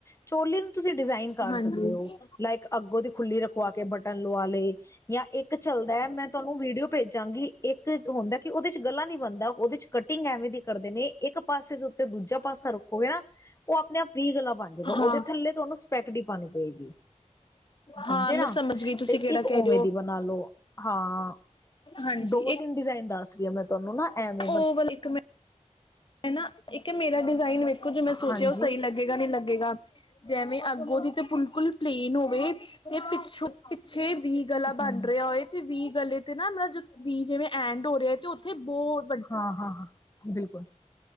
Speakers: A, on the left; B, on the left.
A: ਚੋਲੀ ਨੂੰ ਤੁਸੀਂ ਡਿਜ਼ਾਇਨ ਕਰ
B: ਹਾਂਜੀ
A: ਸਕਦੇ ਹੋ। ਲਾਇਕ ਅੱਗੋਂ ਦੀ ਖੁੱਲੀ ਰ ਖਵਾ ਕੇ ਬਟਨ ਲਵਾ ਲਏ। ਜਾਂ ਇੱਕ ਚੱਲਦਾ ਹੈ ਮੈਂ ਤੁਹਾਨੂੰ ਵੀਡੀਓ ਭੇਜਾਂਗੀ। ਇੱਕ ਹੁੰਦਾ ਕਿ ਉਹਦੇ ਚ' ਗਲਾ ਨੀ ਬਣਦਾ ਉਹਦੇ ਚ' ਕਟਿੰਗ ਐਵੇਂ ਦੀ ਕਰਦੇ ਨੇ ਇੱਕ ਪਾਸੇ ਦੇ ਉੱਤੇ ਦੂਜਾ ਪਾਸਾ ਰੱਖੋਗੇ ਨਾ ਉਹ ਆਪਣੇ ਆਪ ਵੀ ਗਲਾ ਬਣ ਜਾਗਾ। ਉਹਦੇ
B: ਹਾਂ
A: ਥੱਲੇ ਉਹਨੂੰ ਸਪੈਕਡੀ ਪਾਉਣੀ ਪਏਗੀ। ਸਮਝੇ
B: ਹਾਂ ਮੈਂ
A: ਨਾ।
B: ਸਮਝ ਗਈ ਤੁਸੀਂ
A: ਤੇ
B: ਕਿਹੜਾ
A: ਇੱਕ ਉਵੇਂ
B: ਕਹਿ ਰਹੇ ਹੋ
A: ਦੀ ਬਣਾ ਲਓ। ਹਾਂ।
B: ਹਾਂਜੀ
A: ਦੋ- ਤਿੰਨ ਡਿਜ਼ਾਇਨ ਦੱਸ ਰਹੀ ਆ ਮੈਂ ਤੁਹਾਨੂੰ ਨਾ। ਐਵੇਂ ਬ
B: ਓਵਲ ਇੱਕ ਮੈਂ ਹਨ ਨਾ। ਇੱਕ ਮੇਰਾ ਡਿਜ਼ਾਇਨ ਵੇਖੋ ਜੋ ਮੈਂ ਸੋਚਿਆ
A: ਹਾਂਜੀ
B: ਉਹ ਸਹੀ ਲੱਗ ਲੱਗੇਗਾ ਨੀ ਲੱਗੇਗਾ। ਜਿਵੇਂ ਅੱਗੋ ਦੀ ਤੇ ਬਿਲਕੁਲ ਪਲੇਨ ਹੋਵੇ ਤੇ ਪਿੱਛੋਂ ਪਿੱਛੇ ਵੀਹ ਗਲਾ
A: ਹਮ
B: ਬਣ ਰਿਹਾ ਹੋਏ ਤੇ ਵੀਹ ਗਲੇ ਤੇ ਨਾ ਮਤਲਬ ਵੀਹ ਜਿਵੇਂ ਐਂਡ ਹੋ ਰਿਹਾ। ਤੇ ਉੱਥੇ ਬੋਰ
A: ਹਾਂ-ਹਾਂ-ਹਾਂ, ਬਿਲਕੁਲ।